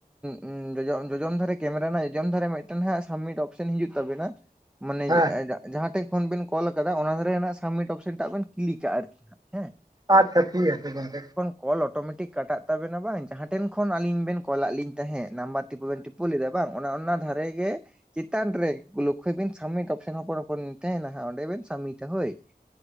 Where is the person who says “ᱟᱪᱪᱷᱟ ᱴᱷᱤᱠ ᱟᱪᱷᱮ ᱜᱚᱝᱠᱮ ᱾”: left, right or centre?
Right